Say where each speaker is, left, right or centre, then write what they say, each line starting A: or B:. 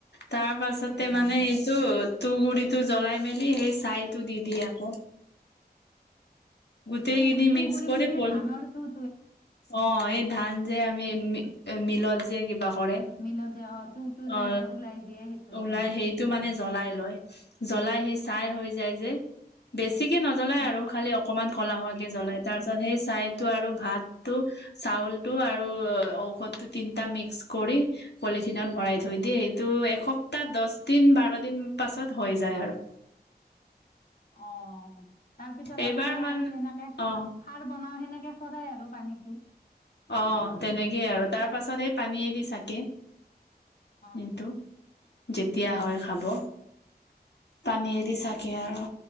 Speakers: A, on the left; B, on the left.
A: তাৰ পাছতে
B: কেতিয়াবা
A: মানে এইটো ত গুৰিতো জ্বলাই মেলি সেই চাইতো দি দি আকৌ গোটেইখিনি
B: ত তোৰ
A: মিক্স
B: গুৰি
A: কৰি
B: মানে
A: পল
B: ধানৰ ত
A: অ এই ধান যে আমি মিলত যে কিবা কৰে
B: মিল যোৱা তটো তটো যে
A: অ
B: ওলাই যিয়ে সেইটো
A: ওলাই
B: অ
A: সেইটো মানে জ্বলাই লয় জ্বলাই আহি চাই হৈ যায় যে বেছিকে নজ্বলাই
B: অ
A: আৰু খালি অকমান ক'লা হোৱ কেে জ্বলাই তাৰ পিছত সেই চাইটো আৰু ভাত টো চাউল টো আৰু অঔশতো তিন্তা মে কৰি পলিথিন ভৰাই থৈ দিয়ে সেইটো এস তাহ দহ দিন বাৰ দিন পাছত হৈ যায় আৰু
B: অ তাৰ পিছত
A: এইবাৰ
B: আপোনাৰ
A: মান
B: আমি যেনেকে
A: অ
B: সাৰ বনাও তেনেকে ফৰাই আৰু পানীতটো
A: অ তেনেকেই আৰু তাৰ পাছত এই পানীয়েদি চাকে
B: অ'।
A: কিন্তু যে দিয়া হয় খাব টানিয়েদি চাগে আৰু